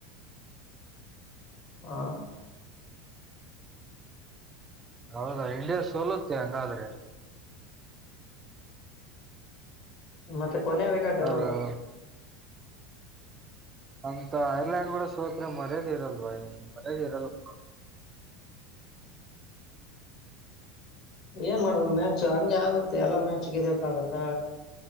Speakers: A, on the left; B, on the right.
A: ಹಾ
B: ಹೌದಾ ಇಂಡಿಯಾ ಸೋಲುತ್ತೆ ಹಂಗಾದ್ರೆ.
A: ಮತ್ತೆ ಕೊನೆಯ ವಿಕೆಟ್ ಇರೋದು.
B: ಅಲೋ ಅಂತ ಐರ್ಲೆಯಂಡ್ಗುಡ ಸೋತ್ ಮರ್ಯಾದೆ ಇರಲ್ ಬ ಮರ್ಯಾದೆ ಇರಲ್ಲಪಾ.
A: ಏನ್ ಮಾಡುದ ಮ್ಯಾಚ್ ಹಂಗೆ ಆಗುತ್ತೆ ಎಲ್ಲಾ ಮ್ಯಾಚ್ ಗೆದಕ್ ಆಗತ್ತಾ.